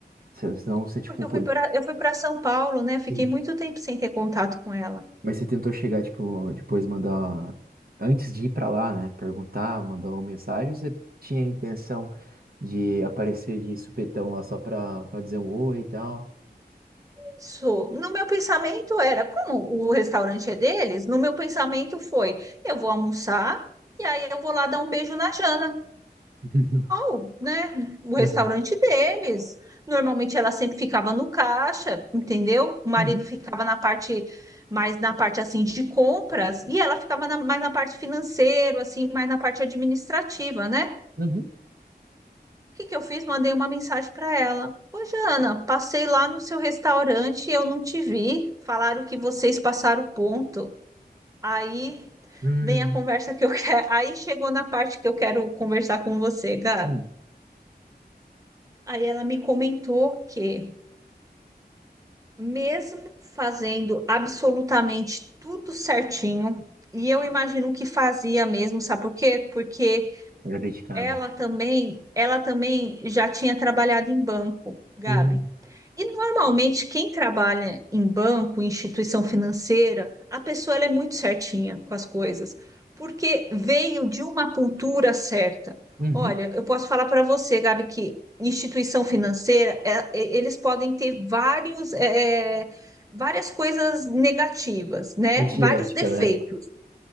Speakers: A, on the right (about 60°); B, on the right (about 20°).
A: Você- Senão você,
B: É
A: tipo,
B: Porque eu
A: pô-
B: fui para eu fui para São Paulo, né? Fiquei
A: Sim.
B: muito tempo sem ter contato com ela.
A: Mas você tentou chegar, tipo, depois mandar. Antes de ir pra lá, né? Perguntar, mandar uma mensagem, ou você tinha a intenção de aparecer de supetão lá só pra, pra dizer um oi e tal.
B: Isso. No meu pensamento era, como o restaurante é deles, no meu pensamento foi, eu vou almoçar e aí eu vou lá dar um beijo na Jana,
A: <laughs>
B: Ó, né? O restaurante
A: Uhum,
B: deles. Normalmente ela sempre ficava no caixa, entendeu? O marido
A: uhum,
B: ficava na parte mais na parte assim de compras e ela ficava na- mais na parte financeira, assim, mais na parte administrativa, né?
A: uhum,
B: O que que eu fiz? Mandei uma mensagem para ela. Ô, Jana, passei lá no seu restaurante e eu não te vi. Falaram que vocês passaram o ponto. Aí
A: uhum.
B: vem
A: Hum.
B: a conversa que eu <laughs> quero. Aí chegou na parte que eu quero conversar com você, Gabi.
A: hum.
B: Aí ela me comentou que, mesmo fazendo absolutamente tudo certinho, e eu imagino que fazia mesmo, sabe por quê? Porque
A: Graviticado.
B: ela também, ela também já tinha trabalhado em banco, Gabi.
A: Hum.
B: E normalmente quem trabalha em banco, em instituição financeira, a pessoa ela é muito certinha com as coisas, porque veio de uma cultura certa.
A: Uhum.
B: Olha, eu posso falar para você, Gabi, que instituição financeira, é- é- eles podem ter vários, é, é, várias coisas negativas, né?
A: Antiética,
B: Vários defeitos,
A: né?